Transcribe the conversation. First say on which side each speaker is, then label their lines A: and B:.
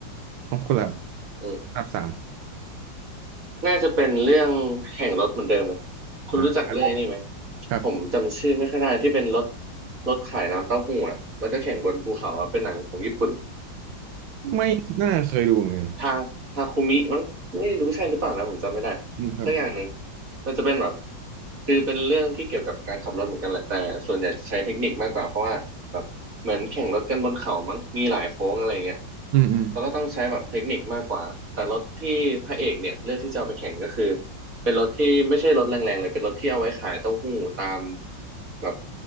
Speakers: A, on the right; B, on the right.
A: ต้องคนละ
B: อืม
A: อันดับสาม
B: น่าจะเป็นเรื่องแข่งรถเหมือนเดิมเลยคุณรู้จักเรื่องไอ้นี้ไหม
A: อ่าครับครับ
B: ผมจำชื่อไม่ค่อยได้ที่เป็นรถรถขายน้ำเต้าหู้อะแล้วก็แข่งบนภูเขาอะเป็นหนังของญี่ปุ่น
A: ไม่น่าเคยดูเหมือนกัน
B: ทาทาคุมิมั้งไม่รู้ใช่หรือเปล่านะผมจำไม่ได้
A: อืมครับ
B: สักอย่างหนึ่งมันจะเป็นแบบคือเป็นเรื่องที่เกี่ยวกับการขับรถเหมือนกันแหละแต่ส่วนใหญ่จะใช้เทคนิคมากกว่าเพราะว่าแบบเหมือนแข่งรถกันบนเขามั้งมีหลายโค้งอะไรเงี้ย
A: อืมอืม
B: เขาก็ต้องใช้แบบเทคนิคมากกว่าแต่รถที่พระเอกเนี่ยเลือกที่จะเอาไปแข่งก็คือเป็นรถที่ไม่ใช่รถแรงๆเลยเป็นรถที่เอาไว้ขายเต้าหู้ตามแบบ